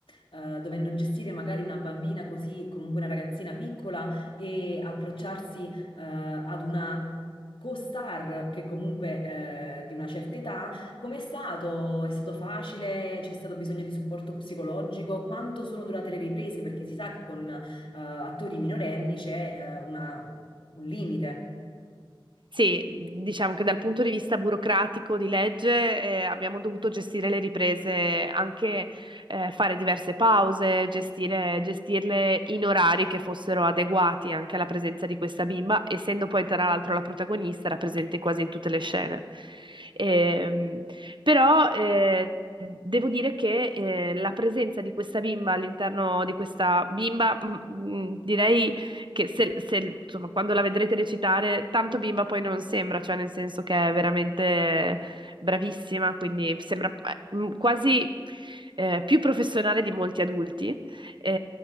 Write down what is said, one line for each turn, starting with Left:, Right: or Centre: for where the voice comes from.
Left: eh, dovendo gestire magari una bambina così, comunque una ragazzina piccola e approcciarsi eh, ad una co-star che comunque eh, di una certa età, com'è stato? È stato facile? C'è stato bisogno di supporto psicologico? Quanto sono durate le riprese? Perché si sa che con eh, attori minorenni c'è eh, una- un limite.
Right: Sì, diciamo che dal punto di vista burocratico di legge eh, abbiamo dovuto gestire le riprese, anche eh, fare diverse pause, gestire- gestirle in orari che fossero adeguati anche alla presenza di questa bimba, essendo poi tra l'altro la protagonista, era presente quasi in tutte le scene. Ehm, però eh, devo dire che eh, la presenza di questa bimba all'interno di questa bimba, mm, mm, direi che se, se, insomma, quando la vedrete recitare, tanto bimba poi non sembra, cioè nel senso che è veramente bravissima, quindi sembra eh, m- quasi eh, più professionale di molti adulti. Eh,